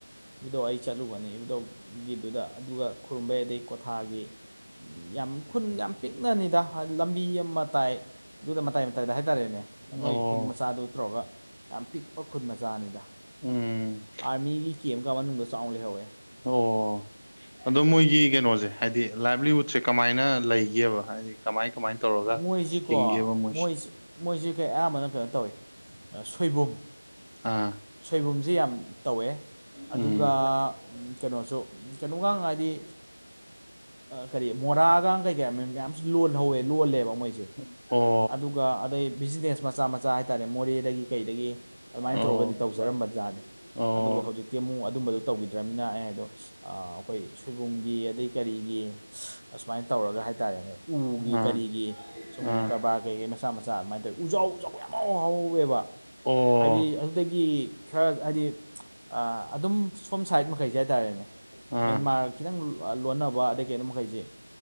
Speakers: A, on the right; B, on the left.
A: ꯑꯗꯨꯗꯣ ꯑꯩ ꯆꯠꯂꯨꯕꯅꯤ ꯏꯕꯨꯙꯧ ꯒꯤꯗꯨꯗ ꯑꯗꯨꯒ ꯈꯨꯔꯨꯝꯕꯩ ꯑꯗꯩ ꯀꯣꯊꯥꯒꯤ ꯌꯥꯝ ꯈꯨꯟ ꯌꯥꯝ ꯄꯤꯛꯅꯅꯤꯗ ꯂꯝꯕꯤ ꯑꯃ ꯃꯇꯥꯏꯗꯨꯗ ꯃꯇꯥꯏ ꯃꯇꯥꯏꯗ ꯍꯥꯏꯇꯥꯔꯦꯅꯦ ꯃꯣꯏ
B: ꯑꯣ
A: ꯈꯨꯟ ꯃꯆꯥꯗꯨ ꯇꯧꯔꯒ ꯌꯥꯝ ꯄꯤꯛꯄ ꯈꯨꯠ ꯃꯆꯥꯅꯤꯗ
B: ꯎꯝ
A: ꯑꯥꯔꯃꯤꯒꯤ ꯀꯦꯝꯒ ꯃꯅꯨꯡꯗ ꯆꯥꯎꯅ ꯂꯩꯍꯧꯋꯦ
B: ꯑꯣ ꯑꯗꯣ ꯃꯣꯏꯒꯤ ꯀꯩꯅꯣꯁꯦ ꯍꯥꯏꯗꯤ ꯂꯥꯏꯚꯂꯤꯋꯨꯗꯁꯦ ꯀꯃꯥꯏꯅ ꯂꯩꯒꯦꯕ ꯍꯥꯏꯗꯤ ꯀꯃꯥꯏ ꯀꯃꯥꯏꯅ ꯇꯧꯔꯒ
A: ꯃꯣꯏꯁꯤꯀꯣ
B: ꯍꯤꯡꯒꯦꯕ ꯃꯣꯏꯁꯦ
A: ꯃꯣꯏꯁꯤ ꯃꯣꯏꯁꯤ ꯀꯩ ꯑꯌꯥꯝꯕꯅ ꯀꯩꯅꯣ ꯇꯧꯏꯤ ꯁꯣꯏꯕꯨꯝ
B: ꯑ
A: ꯁꯣꯏꯕꯨꯝꯁꯤ ꯌꯥꯝ ꯇꯧꯋꯦ ꯑꯗꯨꯒ
B: ꯎꯝ
A: ꯀꯩꯅꯣꯁꯨ ꯀꯩꯅꯣꯒ ꯍꯥꯏꯗꯤ ꯀꯔꯤ ꯃꯣꯔꯥꯒ ꯀꯩ ꯀꯥ ꯃꯌꯥꯝꯁꯨ ꯂꯣꯜꯍꯧꯋꯦ ꯂꯣꯜꯂꯦꯕ ꯃꯣꯏꯁꯦ
B: ꯎ ꯎꯝ
A: ꯑꯗꯨꯒ ꯑꯗꯩ ꯕꯤꯖꯤꯅꯦꯁ ꯃꯆꯥ ꯃꯆꯥ ꯍꯥꯏꯇꯥꯔꯦ ꯃꯣꯔꯦꯗꯒꯤ ꯀꯩꯗꯒꯤ ꯑꯗꯨꯃꯥꯏꯅ
B: ꯑꯣ
A: ꯇꯧꯔꯒꯗꯤ ꯍꯧꯖꯝꯕꯖꯥꯠꯅꯤ
B: ꯑꯣ
A: ꯑꯗꯨꯕꯨ ꯍꯧ ꯍꯧꯖꯤꯛꯇꯤ ꯑꯃꯨꯛ ꯑꯗꯨꯝꯕꯗꯨꯣ ꯇꯧꯕꯤꯗ꯭ꯔꯝꯅꯤꯅ ꯑꯩ ꯑꯗꯣ ꯑꯩꯈꯣꯏ ꯁꯣꯏꯕꯨꯝꯒꯤ ꯑꯗꯩ ꯀꯔꯤꯒꯤ ꯑꯁꯨꯃꯥꯏꯅ ꯇꯧꯔꯒ ꯍꯥꯏꯇꯥꯔꯦꯅꯦ ꯎꯒꯤ
B: ꯑꯥ
A: ꯀꯔꯤꯒꯤ ꯁꯨꯝ
B: ꯑꯥ
A: ꯀꯔꯕꯥꯔ ꯀꯩꯀꯩ ꯃꯆꯥ ꯃꯆꯥ ꯑꯗꯨꯃꯥꯏꯅ ꯇꯧꯋꯤ ꯎꯖꯥꯎ ꯎꯖꯥꯎ ꯌꯥꯝ ꯍꯥꯎ ꯍꯥꯎꯍꯥꯎꯋꯦꯕ
B: ꯑꯣ
A: ꯍꯥꯏꯗꯤ ꯑꯒꯤ ꯈꯔ ꯍꯥꯏꯗꯤ ꯑꯗꯨꯝ ꯁꯣꯝ ꯁꯥꯏꯠ ꯃꯈꯩꯁꯦ ꯍꯥꯏꯇꯥꯔꯦꯅꯦ
B: ꯑꯥ
A: ꯃꯦꯟꯃꯥꯔ ꯈꯤꯇꯪ ꯂꯣꯟꯅꯕ ꯑꯗꯩ ꯀꯩꯅꯣ ꯃꯈꯩꯁꯦ